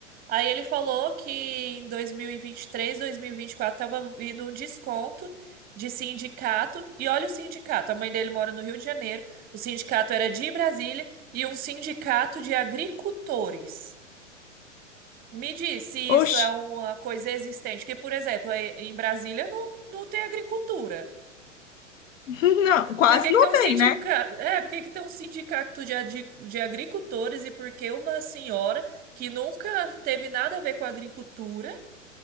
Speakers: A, on the right; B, on the left.
A: Aí ele falou que em 2023, 2024 estava vindo um desconto de sindicato. E olha o sindicato, a mãe dele mora no Rio de Janeiro. O sindicato era de Brasília e um sindicato de agricultores. Me diz se isso
B: Oxi,
A: é uma coisa existente, porque, por exemplo, aí em Brasília não, não tem agricultura.
B: <laughs> não, quase
A: Por que
B: não
A: que tem um
B: tem,
A: sindicato?
B: né?
A: É, por que que tem um sindicato de, adi- de agricultores e por que uma senhora que nunca teve nada a ver com agricultura